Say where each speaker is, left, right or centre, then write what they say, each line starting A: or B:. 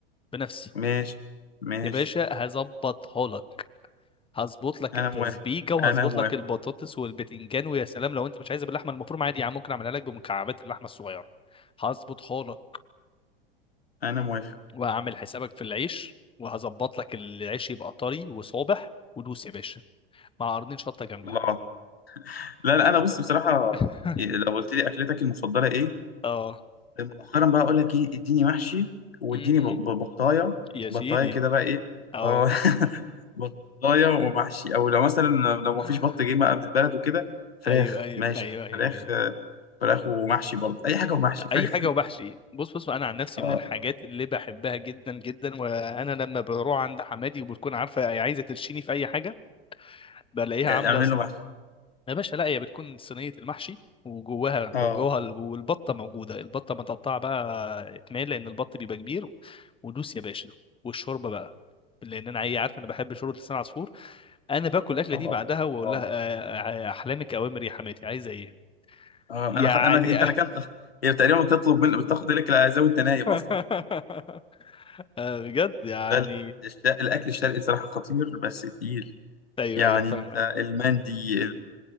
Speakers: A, on the left; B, on the left.
A: بنفسي
B: ماشي ماشي
A: يا باشا هظبطها لك هظبط لك
B: انا
A: التسبيكه
B: موافق
A: وهظبط
B: انا موافق
A: لك البطاطس والبتنجان ويا سلام لو انت مش عايزها باللحمه المفرومه عادي يا عم ممكن اعملها لك بمكعبات اللحمه الصغيره هظبطها لك
B: انا موافق
A: وهعمل حسابك في العيش وهظبط لك العيش يبقى طري وصابح ودوس يا باشا مع قرنين شطه جنبها
B: الله لا لا انا بص بصراحه
A: <laughs>
B: إيه، لو قلت لي اكلتك المفضله ايه
A: اه
B: مؤخرا بقى اقول لك ايه اديني محشي واديني
A: م-م.
B: ب- ب- بطايه
A: يا سيدي
B: بطايه كده بقى ايه
A: اه
B: اه <laughs> بطايه ومحشي او لو مثلا لو ما
A: <laughs>
B: فيش بط جه بقى من البلد وكده فراخ
A: ايوه ايوه
B: ماشي
A: ايوه ايوه
B: فراخ
A: ايوه
B: آه، فراخ ومحشي برضه اي حاجه ومحشي فاهم
A: اي حاجه وبحشي بص بص انا عن نفسي
B: اه
A: من الحاجات اللي بحبها جدا جدا وانا لما بروح عند حمادي وبتكون عارفه هي عايزه ترشيني في اي حاجه بلاقيها
B: <laughs>
A: عامله
B: اعمل
A: صن...
B: له محشي
A: يا باشا لا هي بتكون صينيه المحشي وجواها
B: اه
A: وجواها ال- والبطه موجوده البطه متقطعه بقى اتنين لان البط بيبقى كبير ودوس يا باشا والشوربه بقى لان انا عي- عارف انا بحب شوربه لسان عصفور انا باكل الاكله
B: اه
A: دي بعدها واقول
B: اه
A: لها آه، آه، احلامك اوامر يا حماتي عايزه ايه
B: اه
A: يعني
B: انا خ... انا انت ركنت هي تقريبا بتطلب من بتاخد لك العزاء وانت نايم
A: <laughs>
B: اصلا
A: آه، بجد يعني
B: ده ال- الش... الاكل الشرقي بصراحه خطير بس تقيل
A: ايوه
B: يعني
A: ايوه فاهمك
B: انت المندي